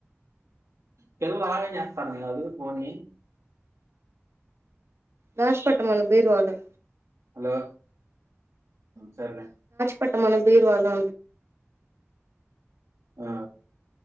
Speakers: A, on the right; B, on the right.
A: పిల్లలు ఆగం చేస్తారని కాదు పోనీ
B: దాచిపెట్టమను బీరువాలో
A: హలో సర్లే
B: పెట్టామను బీరువాలో
A: ఆ